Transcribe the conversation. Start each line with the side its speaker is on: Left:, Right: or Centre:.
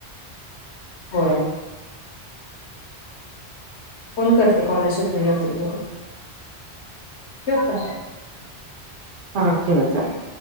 Left: होय फोन करते कॉलेज सुठल्यानंतर तुम्हाला ठेऊ का
Right: हा ठेव चालेल